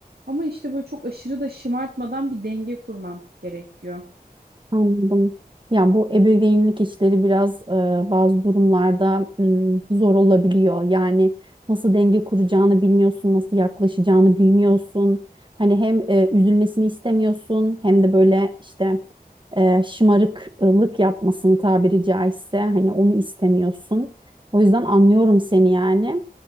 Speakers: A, on the right; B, on the right.
A: Ama işte böyle çok aşırı da şımartmadan bir denge kurmam gerekiyor.
B: Anladım. Ya bu ebeveynlik işleri biraz e, bazı durumlarda m, zor olabiliyor. Yani nasıl denge kuracağını bilmiyorsun, nasıl yaklaşacağını bilmiyorsun. Hani hem e, üzülmesini istemiyorsun hem de böyle işte e, şımarıklık yapmasını tabiri caizse hani onu istemiyorsun. O yüzden anlıyorum seni yani.